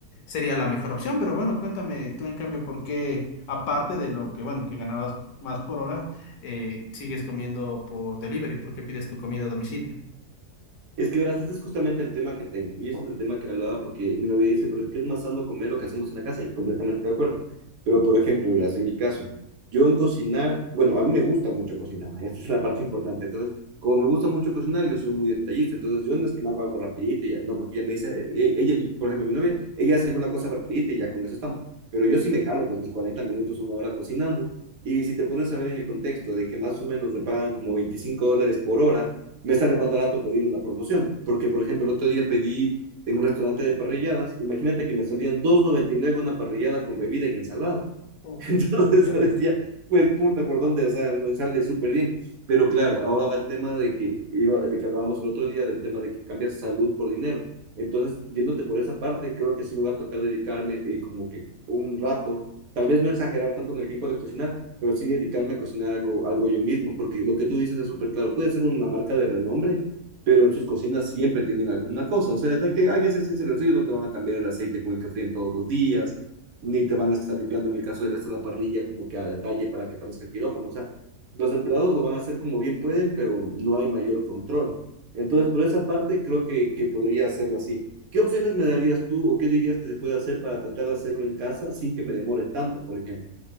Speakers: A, on the left; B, on the right.
A: sería la mejor opción, pero bueno, cuéntame tú en cambio por qué, aparte de lo que, bueno, que ganabas más por hora, eh, sigues comiendo por delivery porque pides tu comida a domicilio.
B: Es que verás, este es justamente el tema que tengo, y ese es el tema que hablaba porque mi novia dice, pero es que es más sano comer lo que hacemos en la casa, y completamente de acuerdo. Pero, por ejemplo, verás, en mi caso, yo en cocinar, bueno, a mí me gusta mucho cocinar, <laughs> esta es la parte importante. Entonces, como me gusta mucho cocinar, yo soy muy detallista, entonces yo no es que me hago algo rapidito, y ya, no, porque ella me dice, e- ella, mi- por ejemplo, mi novia, ella hace una cosa rapidita y ya con eso estamos. Pero yo sí me jalo, pues mis 40 minutos, una hora cocinando, y si te pones a ver en el contexto de que más o menos me pagan como 25 dólares por hora, me sale más barato pedir una promoción, porque por ejemplo el otro día pedí en un restaurante de parrilladas, imagínate que me salían dos noventa y nueve una parrillada con bebida y ensalada.
A: Uf,
B: <laughs> Entonces
A: qué
B: yo
A: rico.
B: decía, pues puta, ¿por dónde? O sea, me sale súper bien. Pero claro, ahora va el tema de que, iba, de que hablábamos el otro día, del tema de que cambias salud por dinero. Entonces, yéndote por esa parte, creo que sí me va a tocar dedicarme eh, como que un rato, tal vez no exagerar tanto en el tiempo de cocinar, pero sí dedicarme a cocinar algo, algo yo mismo, porque lo que tú dices es súper claro. Puede ser una marca de renombre, pero en sus cocinas siempre tienen alguna cosa. O sea, es de que hay que ser sinceros, ellos no te van a cambiar el aceite con el que fríen todos los días, ni te van a estar limpiando en el caso de estar la parrilla como que a detalle para que parezca el quirófano. O sea, los empleados lo van a hacer como bien pueden, pero no hay mayor control. Entonces, por esa parte, creo que, que podría hacerlo así. ¿Qué opciones me darías tú o qué dirías que se puede hacer para tratar de hacerlo en casa sin que me demore tanto, por ejemplo?